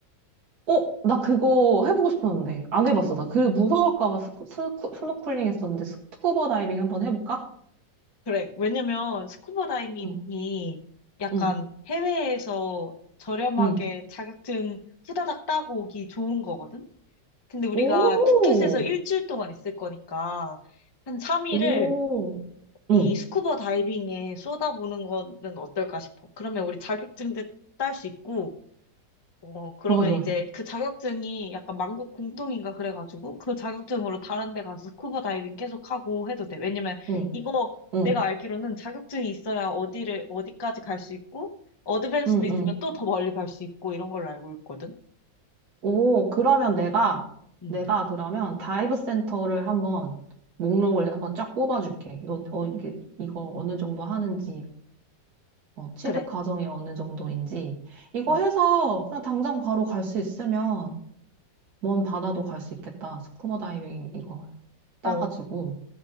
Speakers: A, on the right; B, on the left.
A: 어? 나 그거 해보고 싶었는데. 안 해봤어. 나 그 무서울까 봐 스쿠, 스쿠, 스노클링 했었는데 스쿠버 다이빙 한번 해볼까?
B: 그래. 왜냐면 스쿠버 다이빙이
A: 응,
B: 약간
A: 응,
B: 해외에서 저렴하게
A: 응.
B: 자격증 후다닥 따고 오기 좋은 거거든? 근데 우리가
A: 오,
B: 푸켓에서 일주일 동안 있을 거니까 한 3일을
A: 오. 응,
B: 이 스쿠버 다이빙에 쏟아부는 거는 어떨까 싶어. 그러면 우리 자격증도 딸 수 있고 어, 그러면
A: 좋아, 좋아,
B: 이제
A: 좋아.
B: 그 자격증이 약간 만국 공통인가 그래가지고 그 자격증으로 다른 데 가서 스쿠버 다이빙 계속 하고 해도 돼. 왜냐면
A: 응,
B: 이거
A: 응,
B: 내가 알기로는 자격증이 있어야 어디를, 어디까지 갈 수 있고 어드밴스도
A: 응,
B: 있으면
A: 응.
B: 또 더 멀리 갈 수 있고 이런 걸로 알고 있거든.
A: 오, 그러면 내가,
B: 음
A: 내가 그러면 다이브 센터를 한번 목록을 한번 쫙 뽑아줄게. 이거, 어, 이게, 이거 어느 정도 하는지, 어, 취득
B: 그래.
A: 과정이 어느 정도인지. 이거
B: 어.
A: 해서 그냥 당장 바로 갈 수 있으면 먼 바다도 갈 수 있겠다. 스쿠버 다이빙 이거 따가지고.
B: 어,